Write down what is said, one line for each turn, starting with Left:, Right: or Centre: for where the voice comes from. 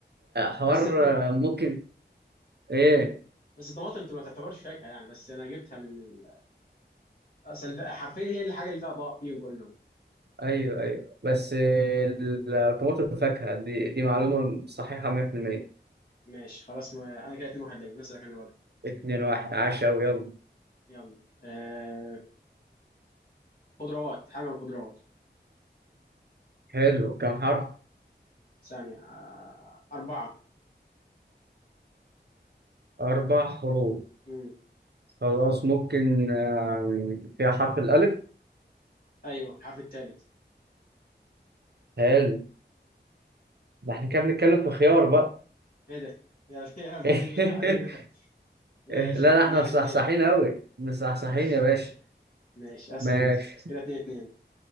Right: حوار
Left: بس الطم...
Right: ممكن ايه
Left: بس الطماطم انت ما تعتبرش فاكهه يعني بس انا جبتها من ال... اصلا ف- حرفيا هي الحاجه اللي فيها ضاء فيهم كلهم
Right: ايوه ايوه بس الطماطم الفاكهه دي, دي معلومه صحيحه 100%
Left: ماشي خلاص ما... انا كده 2 1 ليا مثلا انا بقى
Right: 2 1 عشا ويلا
Left: يلا آه... خضروات حاجه من الخضروات
Right: حلو كم حرف
Left: ثانيه آه... اربعه
Right: اربع حروف
Left: مم.
Right: خلاص ممكن آم، فيها حرف الالف
Left: ايوه الحرف الثالث
Right: حلو ده احنا كده بنتكلم في خيار بقى
Left: ايه ده يا <laughs> يا ابن
Right: <laughs>
Left: اللعيبه ماشي
Right: لا
Left: اتنين
Right: لا احنا مصحصحين
Left: اتنين
Right: قوي مصحصحين
Left: ماشي
Right: يا باشا
Left: ماشي اسال
Right: ماشي
Left: انت كده اتنين اتنين